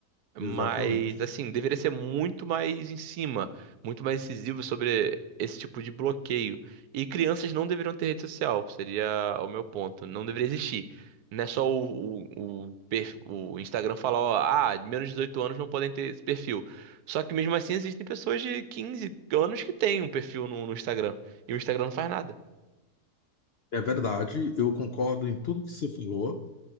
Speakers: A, on the right; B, on the left.
A: mas,
B: exatamente.
A: assim, deveria ser muito mais em cima, muito mais incisivo sobre esse tipo de bloqueio. E crianças não deveriam ter rede social, seria o meu ponto. Não deveria existir. Não é só o, o, o per- o Instagram falar, ó, ah, menos de 18 anos não podem ter esse perfil. Só que mesmo assim existem pessoas de 15 anos que têm um perfil no, no Instagram. E o Instagram não faz nada.
B: É verdade, eu concordo em tudo que você falou.